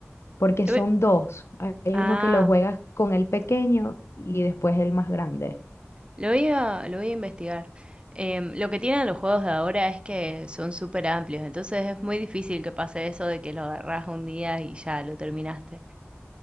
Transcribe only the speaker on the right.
Lo
ve-
Ah,
Lo voy a, lo voy a investigar. Em, lo que tienen los juegos de ahora es que son súper amplios, entonces es muy difícil que pase eso de que lo agarrás un día y ya lo terminaste.